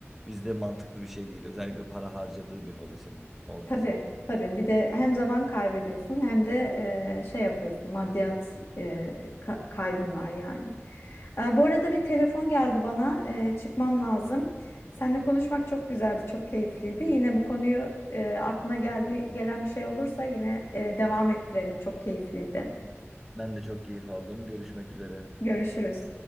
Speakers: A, in the centre; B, on the left (about 60°).
A: bizde mantıklı bir şey değil. Özellikle para harcadığı bir hobisinin olması.
B: Tabii, tabii. Bir de hem zaman kaybediyorsun hem de e, şey yapıyorsun. Maddiyat e, ka- kaybın var yani. E, bu arada bir telefon geldi bana. E, çıkmam lazım. Seninle konuşmak çok güzeldi, çok keyifliydi. Yine bu konuyu e, aklına geldi, gelen bir şey olursa yine e, devam ettirelim. Çok keyifliydi.
A: Ben de çok keyif aldım. Görüşmek üzere.
B: Görüşürüz.